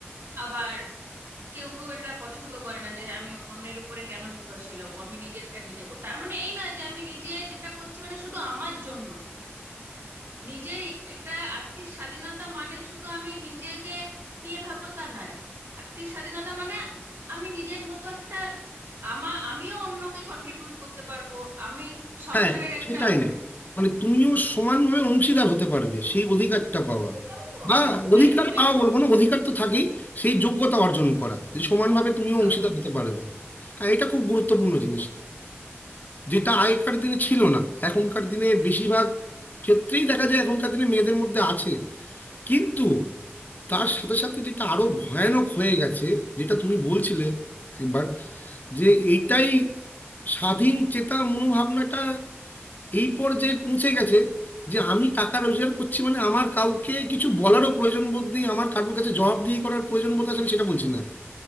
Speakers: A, on the right (about 85°); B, on the left (about 40°).
A: আবার কেউ কেউ এটা পছন্দ করে না যে আমি অন্যের উপরে কেন নির্ভরশীল হবো আমি নিজেরটা নিজে করি তার মানে এই নয় যে আমি নিজে যেটা করছি মানে শুধু আমার জন্য নিজের একটা আর্থিক স্বাধীনতা মানে শুধু আমি নিজেকে নিয়ে ভাববো তা নয় আর্থিক স্বাধীনতা মানে আমি নিজের মতো একটা আমা আমিও অন্যকে কন্ট্রিবিউট করতে পারবো আমি সংসারের
B: হ্যাঁ
A: একটা
B: সেটাই
A: অংশ
B: মানে তুমিও সমানভাবে অংশীদার হতে পারবে সেই অধিকারটা পাওয়া
A: এটাই তো
B: বা
A: এটাই
B: অধিকার
A: তো মেন
B: পাওয়া বলবো না অধিকার তো থাকেই সেই যোগ্যতা অর্জন করা যে সমানভাবে তুমিও
A: একদম
B: অংশীদার হতে পারবে হ্যাঁ এটা খুব গুরুত্বপূর্ণ জিনিস যেটা আগেকার দিনে ছিল না এখনকার দিনে বেশিরভাগ ক্ষেত্রেই দেখা যায় এখনকার দিনে মেয়েদের মধ্যে আছে কিন্তু তার সাথে সাথে যেটা আরো ভয়ানক হয়ে গেছে যেটা তুমি বলছিলে একবার যে এইটাই স্বাধীন চেতা মনোভাবনাটা এই পর্যায়ে পৌঁছে গেছে যে আমি টাকা রোজগার করছি মানে আমার কাউকে কিছু বলারও প্রয়োজন বোধ নেই আমার কারোর কাছে জবাবদিহি করার প্রয়োজন বোধ আছে আমি সেটা বলছি না